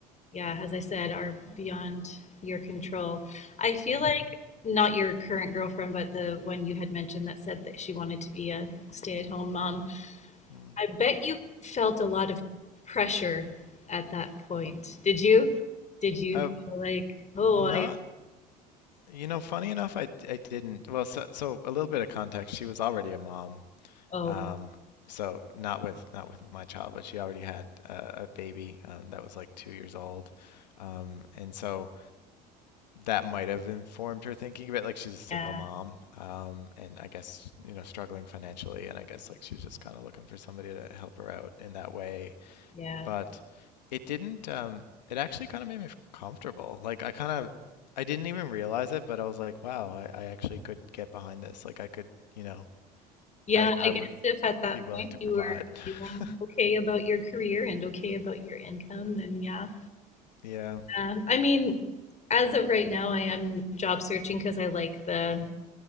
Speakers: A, on the left (about 35°); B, on the left (about 85°).
A: yeah, as I said, are beyond your control. I feel
B: Mm,
A: like not your current girlfriend, but the one you had mentioned that said that she wanted to be a stay-at-home mom.
B: mm.
A: I bet you felt a lot of pressure at that point. Did you? Did you
B: Uh,
A: feel like, oh,
B: not,
A: I,
B: you know, funny enough, I I didn't. Well, so so a little bit of context. She was already a mom.
A: oh,
B: Um, so not with not with my child, but she already had a, a baby um, that was like two years old. Um, and so that might have informed her thinking of it. Like she's a single
A: yeah,
B: mom, um, and I guess, you know, struggling financially, and I guess like she was just kind of looking for somebody to help her out in that way.
A: yeah.
B: But it didn't, um, it actually kind of made me f- comfortable. Like I kind of, I didn't even realize it, but I was like, wow, I, I actually could get behind this. Like I could, you know,
A: Yeah,
B: I, I
A: I guess
B: would
A: if at that
B: be willing
A: point
B: to
A: you
B: provide.
A: were feeling
B: <laughs>
A: okay about your career and okay about your income, then yeah.
B: Yeah.
A: Uh, I mean, as of right now, I am job searching because I like the